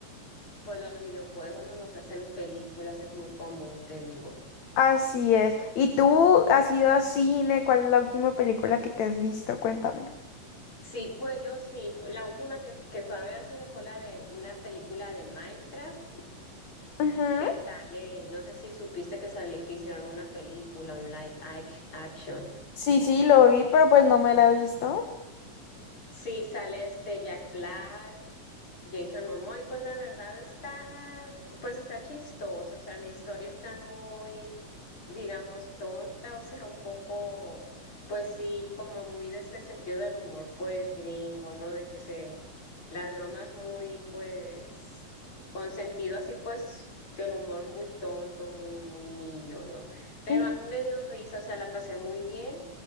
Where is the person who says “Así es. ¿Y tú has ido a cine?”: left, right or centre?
Left